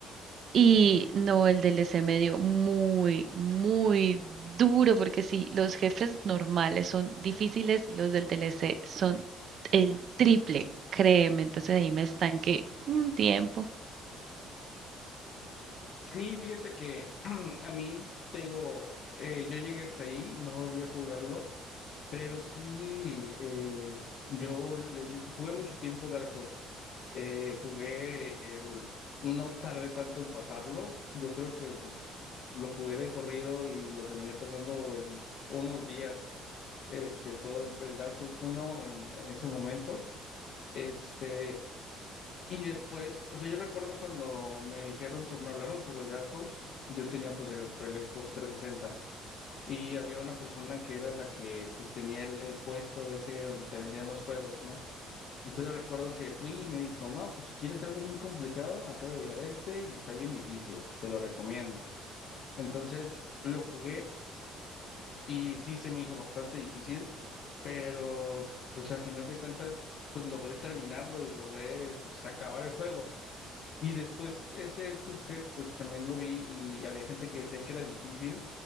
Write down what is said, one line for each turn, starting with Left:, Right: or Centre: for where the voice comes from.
Right: Y no, el DLC me dio muy, muy duro, porque sí, los jefes normales son difíciles, los del DLC son el triple, créeme. Entonces ahí me estanqué un tiempo.
Left: Sí, fíjate que <clears throat> a mí, te digo, eh, yo llegué hasta ahí, no volví a jugarlo, pero sí, eh, yo le di, jugué mucho tiempo Dark Souls. Eh, jugué el, no tardé tanto en pasarlo, yo creo que pues lo jugué de corrido y lo terminé pasando en unos días. este, todo el, el Dark Souls uno en, en ese momento, este, y después, o sea, yo recuerdo cuando me dijeron, so- me hablaron sobre el Dark Souls, yo tenía pues el, el Xbox 360 y había una persona que era la que pues tenía el, el puesto ese donde te vendían los juegos, ¿no? Entonces recuerdo que fui y me dijo, no, pues si quieres algo bien complicado, me acaba de llegar este y está bien difícil, te lo recomiendo. Entonces lo jugué y sí se me hizo bastante difícil. pero pues a final de cuentas pues logré terminarlo y logré pues acabar el juego. Y después ese Cuphead pues también lo vi y había gente que decía que era difícil,